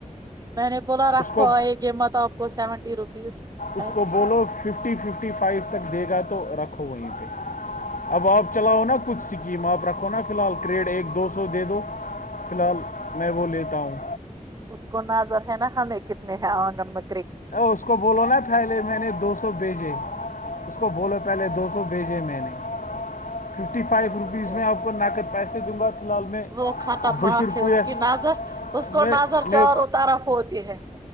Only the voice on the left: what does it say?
اس کو
اس کو بولو ففٹی ففٹی فائیو تک دے گا تو رکھ وہیں پہ اب آپ چلاؤ نا کچھ سکیم آپ رکھو نا فی الحال کریڈ ایک دو سو دے دو فی الحال میں وہ لیتا ہوں
اس کو بولو نا پھیلے میں نے دو سو بھیجے اس کو بولو پہلے دو سو بھیجے میں نے ففٹی
فائیو
روپیز
میں
آپ کو نقد پیسے دوں گا فی الحال میں
بشیر
پویہ
میں
میں